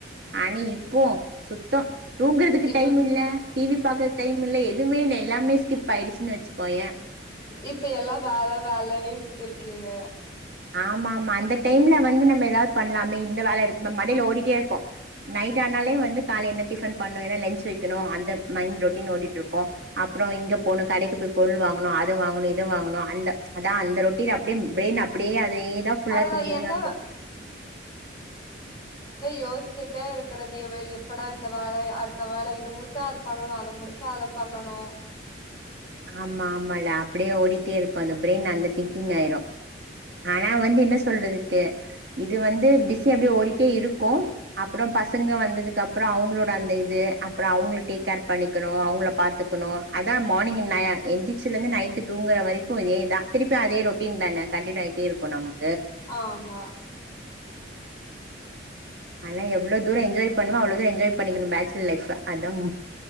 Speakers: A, on the right; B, on the left.
A: ஆனா இப்பவும் சுத்தோ தூங்குறதுக்கு
B: இப்ப
A: டைம்
B: சொ
A: இல்ல டிவி பாக்கறது டைம் இல்ல எ எதுமே இல்ல எல்லாமே ஸ்கிப்பாயிடுச்சினு வச்சிகோயே
B: இப்ப எல்லா வேல வேலனே இருக்கீங்க
A: ஆமா ஆமா அந்த டைம்ல வந்து நம்ம எதாவது பண்ணலாமே இந்த வேல இருக்கு மண்டைல ஓடிட்டே இருக்கும் நைட் ஆனாலே வந்து கால என்ன டிஃபன் பண்ணனு என்ன லஞ்ச் வைக்கணு அந்த மைண்ட் ரொட்டின் ஓடிட்டு இருக்கோ அப்புறோ இங்க போனு கடைக்கு போய் பொருள் வாங்கணு அது வாங்கணு இது இது வாங்கணு அந்த அதா அந்த ரொட்டின் அப்டே பிரெயினு அப்டேயே அதேதா ஃபுல்லா
B: அதுதா
A: திங்கிங்கா
B: என்ன
A: இருக்கும்
B: வே யோசிச்சிட்டே இருக்கறது இவ எப்படா இந்த வேலை அடுத்த வேலை இது முடிச்சா அது பண்ணணு அத முடிச்சா அத பண்ணணு
A: ஆமா ஆமா இல்ல அப்டே ஓடிட்டே இருக்கோ அந்த பிரெயின் அந்த திங்கிங் ஆயிரும் ஆனா வந்து என்ன சொல்றதுக்கு இது வந்து பிஸி அப்டே ஓடிட்டே இருக்கும் அப்புறோ பசங்க வந்ததுக்கு அப்புறோ அவங்களோட அந்த இது அப்புறோ அவுங்கள டேக் கேர் பண்ணிக்கனு அவுங்கள பாத்துக்கணும் அதா மார்னிங் நா எ எந்திச்சில இருந்து நைட்டு தூங்கற வரைக்கும் இதேதா திருப்பி அதே ரொட்டீன்தான கண்டினியூ ஆயிட்டேயிருக்கோ நமக்
B: ஆமா
A: ஆனா எவ்ளோ தூரம் என்ஜாய் பண்ணுமோ அவ்ளோ தூரம் என்ஜாய் பண்ணிக்கணும் பேச்சலர் லைஃப அதான்